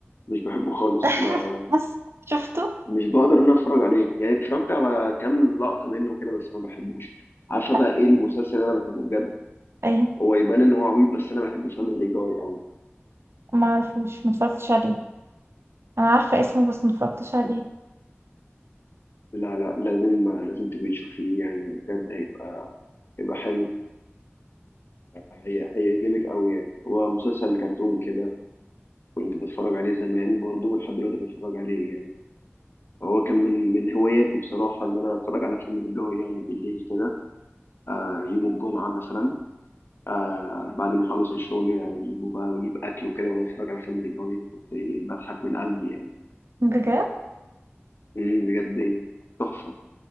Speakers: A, on the left (about 55°); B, on the right (about 65°).
A: مش بحبه خالص
B: <laughs>
A: ما
B: بس شفته
A: مش بقدر ان أنا اتفرج عليه يعني اتفرجت على كام لقطة منه كده بس ما بحبوش عارفة
B: لا
A: بقى ايه المسلسل اللي انا بحبه بجد
B: ايه
A: هو يبان ان هو عبيط بس انا بحب فاميلي جاي قوي
B: ما اعرفوش ما اتفرجتش عليه انا عارفه اسمه بس ما اتفرجتش عليه
A: لا لا لازم لازم تبقي تشوفيه يعني بجد هيبقى هيبقى حلو هي هيعجبك قوي يعني هو مسلسل كرتون كده كنت بتفرج عليه زمان برضه ولحد دلوقتي بتفرج عليه يعني هو كان من من هواياتي بصراحة ان انا اتفرج على فاميلي جاي يعني بالليل كده آه، يوم الجمعة مثلا آه، بعد ما أخلص الشغل يعني أجيبه بقى وأجيب أكل وكده وأنا بتفرج على فاميلي جاي كنت بضحك من قلبي يعني
B: بجد
A: مم، بجد تحفة